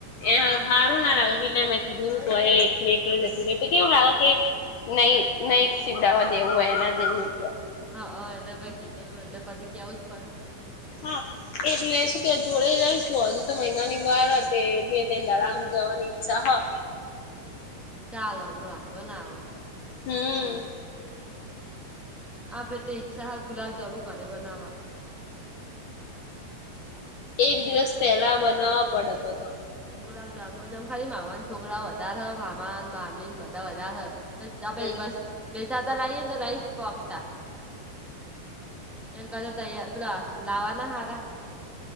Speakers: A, on the left (about 75°); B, in the centre.
A: એ સારું ના લાગે કે મેં કીધું તો એકલી એકલે જતી રહી, તો કેવું લાગે કે? નહીં, નહીં. સીવવડાવવા દેવું હોય એના જેવું એ.
B: હા, હ. એને ભાઈ કીધેલું, એને પછી કેવું જ પડે.
A: હા. એટલે કે, જોડે જઈશું. હજી તો મહિના ની વાર હતી. કરાવવાની કે જવાની ઈચ્છા હ. હ.
B: ચાલો, તો વાંધો ના આવે.
A: હમ.
B: આપે તો ઈચ્છા હ ગુલાબ જાંબુ ઘરે બધા
A: એક દિવસ પહેલા બનાવવા પડે તો.
B: ગુલાબ જામુ જેમ, ખાલી મામા ના છોકરાઓ વધારે મામા- મામીન બધા વધારે થ પછી
A: હમ
B: બસ બેેચાતા લાવી એને, તો રહી શકતા. એ ક તૈયાર પેલા લાવાના હારા.